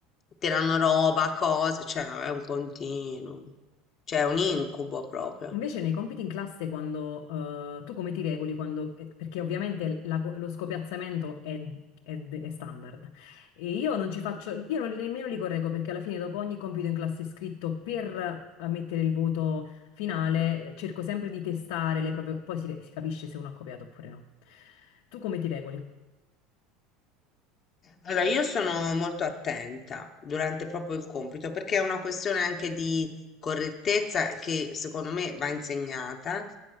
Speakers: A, on the left (about 30°); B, on the left (about 75°).
A: tirano roba, cose, cioè è un continuo, cioè è un incubo proprio.
B: Invece nei compiti in classe, quando, eh, tu come ti regoli? Quando, eh, perché ovviamente la co- lo scopiazzamento è, è d- è standard. E io non ci faccio, io non- nemmeno li correggo perché alla fine dopo ogni compito in classe scritto per eh, mettere il voto finale, eh, cerco sempre di testare le proprie, poi si, re- si capisce se uno ha copiato oppure no. Tu come ti regoli?
A: Allora, io sono molto attenta durante proprio il compito perché è una questione anche di correttezza che secondo me va insegnata